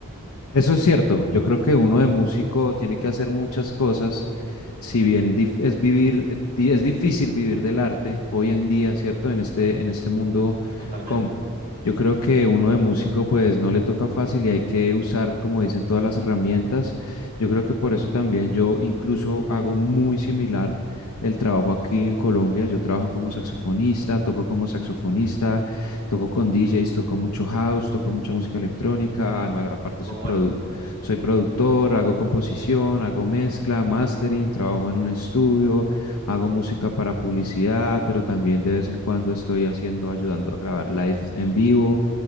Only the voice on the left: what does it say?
Eso es cierto. Yo creo que uno de músico tiene que hacer muchas cosas. Si bien dif- es vivir, eh, di- es difícil vivir del arte hoy en día, ¿cierto? En este, en este mundo,
con, yo creo que uno de músico pues no le toca fácil y hay que usar, como dicen, todas las herramientas. Yo creo que por eso también yo incluso hago muy similar el trabajo aquí en Colombia. Yo trabajo como saxofonista, toco como saxofonista, Toco con DJs, toco mucho house, toco mucha música electrónica. además, aparte, soy,
produ- soy productor, hago composición, hago mezcla, mastering, trabajo en un estudio, hago música para publicidad, pero también de vez en cuando estoy haciendo, ayudando a grabar live en vivo.